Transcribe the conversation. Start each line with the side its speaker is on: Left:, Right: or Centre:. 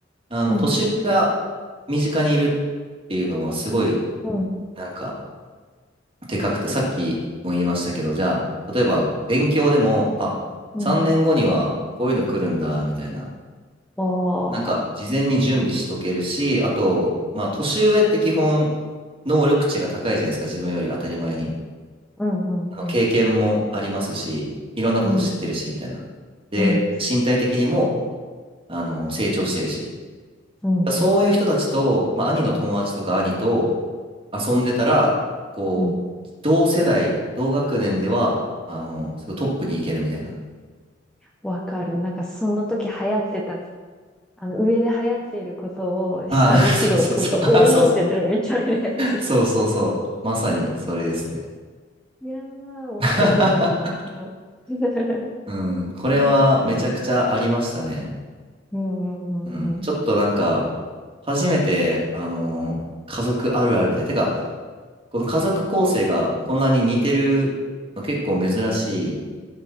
Right: あの、
Centre: うん。
Right: 年上が身近にいるっていうのは、すごい、
Centre: うん
Right: なんか、でかくて、さっきも言いましたけど、じゃあ、例えば勉強でも、あ、
Centre: うん。
Right: 3年後にはこういうの来るんだ、みたいな。
Centre: あ
Right: なんか、事前に準備しとけるし、
Centre: あ。
Right: あと、まあ、年上って基本、能力値が高いじゃないですか、自分より当たり前に。
Centre: うんうんうん
Right: あの経験もありますし、いろんなこと知ってるし、
Centre: うん
Right: みたいな。で、
Centre: うん
Right: 身体的にも、あの、成長してるし。
Centre: うんうん
Right: そういう人たちと、まあ、兄の友達とか兄と遊んでたら、こう、
Centre: うん
Right: 同世代、同学年では、あの、すごいトップに行けるみたいな。
Centre: わかる。なんかその時流行ってた、あの上で流行っていることを下で披露すると、
Right: ああ、<laughs> そうそうそう。
Centre: おーってなるみたいなやつ。
Right: あ、そうそう。そうそうそう。まさにそれですね。
Centre: いやー、面白い。
Right: <laughs>
Centre: 本当 <laughs> いい
Right: うん、これはめちゃくちゃありましたね。
Centre: ですよね。うんうんうんうん。
Right: うん、ちょっとなんか、初めて、あの、家族あるあるみたいな。てか、この家族構成がこんなに似てるの結構珍しい